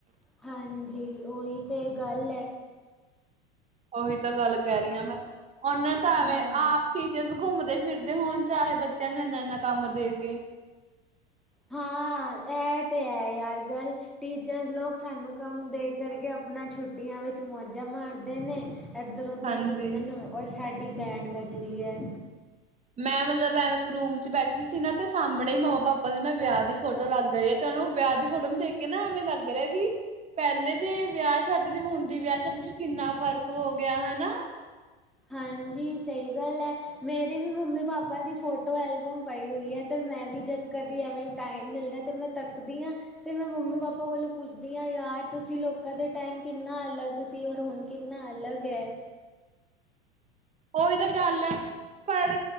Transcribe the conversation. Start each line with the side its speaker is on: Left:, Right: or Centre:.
Centre: ਹਾਂਜੀ, ਉਈ ਤੇ ਗੱਲ ਐ।
Right: ਉਹੀ ਤਾ ਗੱਲ ਕਹਿ ਰਹੀ ਆ ਮੈਂ, ਉਹਨੇ ਤਾਂ ਐਵੇਂ
Centre: ਹਮ
Right: ਆਪ ਟੀਚਰਸ ਘੁੰਮਦੇ-ਫਿਰਦੇ ਹੋਣ ਚਾਹੇ, ਬੱਚਿਆਂ ਨੂੰ ਇੰਨਾ-ਇੰਨਾ ਕੰਮ ਦੇਕੇ।
Centre: ਹਾਂ, ਐ ਤੇ ਹੈ ਯਾਰ ਗਲ ਟੀਚਰਸ ਲੋਕ ਸਾਨੂੰ ਕੰਮ ਦੇ ਕਰਕੇ, ਅਪਨਾ ਛੁੱਟੀਆਂ ਵਿੱਚ ਮੌਜਾਂ ਮਾਰਦੇ ਨੇ। ਇੱਧਰ-ਉੱਧਰ
Right: ਹਾਂਜੀ
Centre: ਘੁੰਮਦੇ ਨੇ, ਔਰ ਸਾਡੀ ਬੈਂਡ ਵੱਜਦੀ ਐ।
Right: ਮੈਂ ਮਤਲਬ ਐਵੇ ਇੱਕ ਰੂਮ'ਚ ਬੈਠੀ ਸੀ ਨਾ, ਤੇ ਸਾਹਮਣੇ ਹੀ ਮੰਮਾ-ਪਾਪਾ ਦੀ ਨਾ ਵਿਆਹ ਦੀ ਫੋਟੋ ਲੱਗ ਗਏ, ਤੇ ਉਹਨੂੰ ਵਿਆਹ ਦੀ ਫੋਟੋ ਨੂੰ ਦੇਖਕੇ ਨਾ ਐਵੇਂ ਲੱਗ ਰਿਹਾ ਵੀ ਪਹਿਲੇ ਦੇ ਵਿਆਹ ਸ਼ਾਦੀ, ਤੇ ਹੁਣ ਦੀ ਵਿਆਹ ਸ਼ਾਦੀ'ਚ ਕਿੰਨਾ ਫ਼ਰਕ ਹੋਗਿਆ ਹਨਾ।
Centre: ਹਾਂਜੀ, ਸਹੀ ਗੱਲ ਐ। ਮੇਰੇ ਵੀ ਮੰਮੀ ਪਾਪਾ ਦੀ ਫੋਟੋ ਐਲਬਮ ਪਈ ਹੋਈ ਹੈ, ਤੇ ਮੈਂ ਵੀ ਜਦ ਕਦੀ ਐਵੇਂ ਟਾਈਮ ਮਿਲਦਾ ਤੇ ਮੈਂ ਤੱਕਦੀ ਆਂ, ਤੇ ਮੈਂ ਮੰਮੀ ਪਾਪਾ ਕੋਲੋ ਪੁ ਪੁੱਛਦੀ ਆਂ ਯਾਰ, ਤੁਸੀਂ ਲੋਕਾਂ ਦੇ ਟਾਈਮ ਕਿੰਨਾ ਅਲੱਗ ਸੀ, ਔਰ ਹੁਣ ਕਿੰਨਾ ਅਲੱਗ ਐ।
Right: ਉਹੀ ਤਾ ਗੱਲ ਐ। ਪਰ,